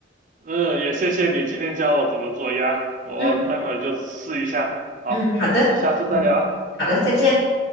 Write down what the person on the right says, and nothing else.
嗯也谢谢你今天教我怎么做鸭，我待会儿就试一下。
好，
那下次再聊。